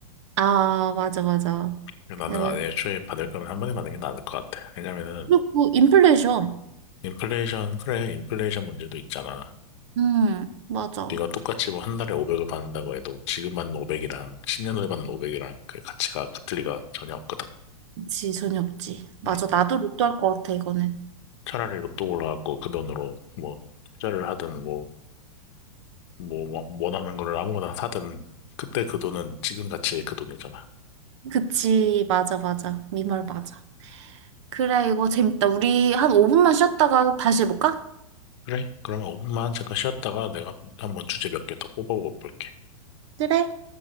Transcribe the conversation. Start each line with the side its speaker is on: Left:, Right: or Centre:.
Right: 아, 맞아, 맞아.
Left: 근데 나는
Right: 네,
Left: 아예 애초에 받을 거면 한 번에 받는 게 나을 것 같아. 왜냐면은
Right: 그리고 인플레이션.
Left: 인플레이션 그래 인플레이션 문제도 있잖아.
Right: 음, 맞아.
Left: 네가 똑같이 뭐 한 달에 500을 받는다고 해도 지금 받는 500이랑 10년 후에 받는 500이랑 그 가치가 같을 리가 전혀 없거든.
Right: 그치, 전혀 없지. 맞아,
Left: 음.
Right: 나도 로또 할 것 같아, 이거는.
Left: 차라리 로또 올라갖고 그 돈으로 뭐 투자를 하든 뭐 뭐 뭐 원하는 거를 아무거나 사든 그때 그 돈은 지금 가치의 그 돈이잖아.
Right: 그치, 맞아, 맞아. 네 말 맞아. 그래, 이거 재밌다. 우리 한 5분만 쉬었다가 다시 해볼까?
Left: 그래? 그러면 5분만 잠깐 쉬었다가 내가 한번 주제 몇 개 더 뽑아볼게.
Right: 그래.